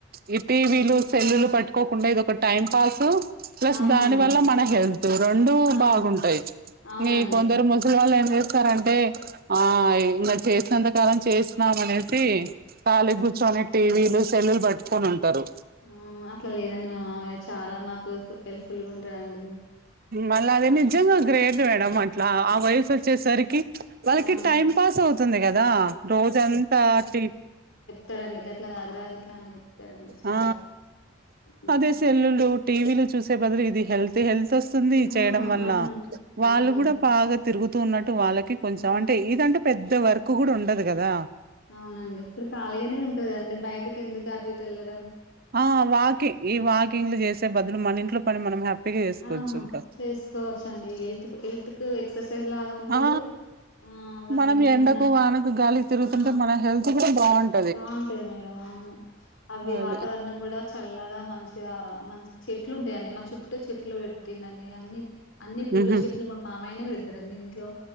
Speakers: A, on the right (about 45°); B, on the left (about 70°).
A: ప్చ్ టీవీలు సెల్లులు పట్టుకోకుండా ఇదొక టైం పాసు ప్లెస్
B: అవునండి
A: దాని వల్ల మన హెల్త్ రెండూ
B: ఆ
A: బాగుంటయ్
B: అవునండి
A: ఇంకొందరు ముస్ సలోళ్ళు జేస్తరంటే ఆ ఇంగ చేసినంతకాలం చేసినామనేసి ఖాళీగ్గూర్చొని
B: ఆ అట్లా
A: టీవీలు
B: లేదు
A: సెల్లులు బట్టుకొని ఉంటరు
B: ఆ అట్లా లేదండి మా మామయ్య చాలా మాకు హెల్ప్ఫుల్ గా ఉంటడండి
A: మళ్ళదే నిజంగా గ్రేట్ మేడం అట్లా ఆ వయసొచ్చేసరికి వాళ్ళకి
B: ఆ!
A: టైం పాస్ అవుతుంది గదా, రోజంతా టీ
B: కదండీ గట్లగాదురా, గిట్లని చెప్తడండి చాలా
A: ఆ
B: హ్మ్.
A: అదే సెల్లులు, టీవీలు చూసే బదులు ఇది హెల్తీ హెల్త్ తెస్తుంది
B: ఆ!
A: చేయడం వల్ల,
B: అవునండి.
A: వాళ్ళు
B: అవునండి.
A: గుడా బాగా తిరుగుతూ ఉన్నట్టు వాళ్ళకి కొంచమంటే
B: ఆ!
A: ఇదంటే పెద్ద వర్క్ గుడా ఉండదు గదా.
B: అవునండి ఇప్పుడు ఖాళీగానే ఉంటది కదండి, బైటికెందుకు అటిటు ఎళ్లడం.
A: ఆ వాకింగ్ ఈ వాకింగ్ లు జేసే బదులు, మన ఇంట్లో పని మనం హ్యాపీగా జే సుకోవచ్చు
B: ఆ!
A: ఇక,
B: చేసుకోవచ్చండి. హెల్త్ హెల్త్‌కు ఎక్సర్సైజ్ లాగా ఉంటది.
A: ఆ
B: ఆ! అవన్నీ
A: మనం ఎండకు,
B: మన
A: వానకు గాలికి తిరుగుతుంటే
B: ఆ!
A: మన హెల్త్ కూడా బాగుంట్
B: బాగుంటది మేడం అవును, అవి వాతావరణం
A: అదే
B: గుడ చల్లగా, మంచిగా మంచిగ మం చెట్లు ఉంటయండి మా చుట్టూ చెట్లు వెట్టిండండి, అన్ని అన్ని పూల
A: ఉహు
B: చెట్లు పం మామయ్యనే వెడ్తరండి ఇంట్లో,